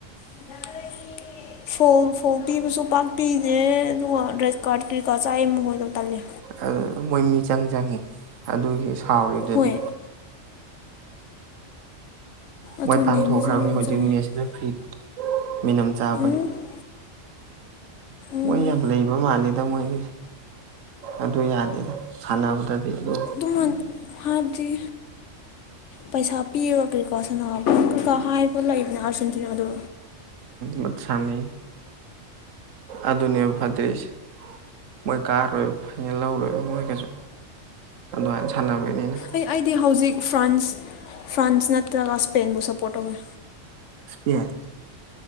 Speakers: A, on the left (about 70°); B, on the right (about 80°).
A: <unintelligible> ꯐꯣꯜ ꯐꯣꯜ ꯄꯤꯕꯁꯨ ꯄꯥꯛꯄꯤꯗꯦ ꯑꯗꯨꯒ ꯔꯦꯗ ꯀꯥꯔꯠ ꯀꯩꯀꯥ ꯆꯥꯏ ꯃꯍꯣꯏꯗꯣ ꯇꯜꯂꯦ
B: ꯑꯗꯨ ꯃꯣꯏ ꯃꯤꯆꯪ ꯆꯪꯉꯤ ꯑꯗꯨꯒꯤ ꯁꯥꯎꯔꯤꯗꯨꯗꯤ
A: ꯍꯣꯏ ꯑꯗꯨꯅꯦ
B: ꯃꯣꯏ ꯇꯥꯟꯊꯣꯛꯈ꯭ꯔꯕꯅꯤ
A: ꯃꯤꯆꯪ ꯌꯥꯝ
B: ꯍꯧꯖꯤꯛ
A: ꯆꯪꯉꯦ
B: ꯃꯦꯠꯁ ꯔꯦꯐ꯭ꯔꯤꯗꯣ ꯃꯤꯅꯝ ꯆꯥꯕꯒꯤ
A: ꯎꯝ ꯎꯝ ꯎꯝ
B: ꯃꯣꯏ ꯌꯥꯝ ꯂꯩꯕ ꯃꯥꯜꯂꯤꯗ ꯃꯣꯏꯒꯤ ꯑꯗꯨ ꯌꯥꯗꯦꯗ ꯁꯥꯟꯅꯕꯗꯗꯤ ꯑꯗꯨ
A: ꯇꯨꯃꯟ ꯍꯥꯏꯕꯗꯤ ꯄꯩꯁꯥ ꯄꯤꯔꯒ ꯀ꯭ꯔꯤ ꯀꯥ ꯁꯥꯟꯅ ꯀꯩꯀꯥ ꯍꯥꯏꯕ ꯂꯩꯗꯅ ꯑꯥꯔꯖꯦꯟꯇꯤꯅꯥꯗꯨ
B: ꯃꯠ ꯁꯥꯅꯩ ꯑꯗꯨꯅꯦꯕ ꯐꯠꯇꯩꯁꯤ ꯃꯣꯏ ꯀꯥꯔꯣꯏ ꯍꯦ ꯂꯧꯔꯣꯏꯕ ꯃꯣꯏ ꯀꯩꯁꯨ ꯑꯗꯨꯃꯥꯏꯅ ꯁꯥꯟꯅꯕ ꯃꯤꯅꯤꯅ
A: ꯑꯩ ꯑꯩꯗꯤ ꯍꯧꯖꯤꯛ ꯐ꯭ꯔꯥꯟꯁ ꯐ꯭ꯔꯥꯟꯁ ꯅꯠꯇ꯭ꯔꯒ ꯁ꯭ꯄꯦꯟꯕꯨ ꯁꯞꯄꯣꯔꯠ ꯇꯧꯋꯦ
B: ꯁ꯭ꯄꯦꯟ